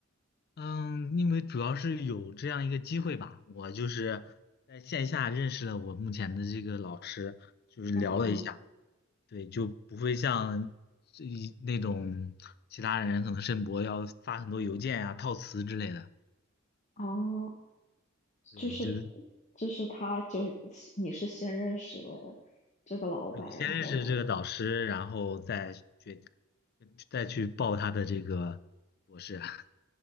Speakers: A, on the left; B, on the left.
A: 嗯，因为主要是有这样一个机会吧，我就是在线下认识了我目前的这个老师，就是聊了一下，
B: 嗯嗯，
A: 对，就不会像这一那种其他人可能申博要发很多邮件呀、套词之类的，
B: 哦，
A: 对，
B: 就是
A: 就是
B: 就是他就是你是先认识了这个老板，
A: 对先认识这个导师，
B: 然后呢，
A: 然后再决再去报他的这个博士啊，